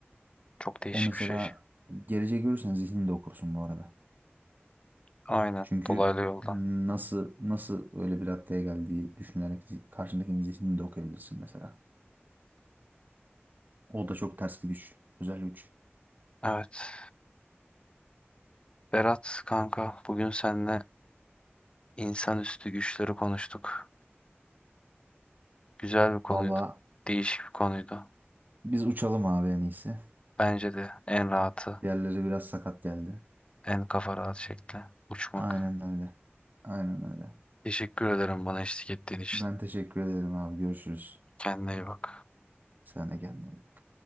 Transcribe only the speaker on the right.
O mesela
geleceği görürsen zihnini okursun bu arada.
Çünkü
nasıl nasıl öyle bir raddeye geldiği düşünerek zi- karşındakinin zihnini de okuyabilirsin mesela. O da çok ters bir güç, özel güç.
Vallahi
Biz uçalım abi en iyisi.
Diğerleri biraz sakat geldi.
Aynen öyle. Aynen öyle.
Ben teşekkür ederim abi. Görüşürüz.
Sen de kendine iyi bak.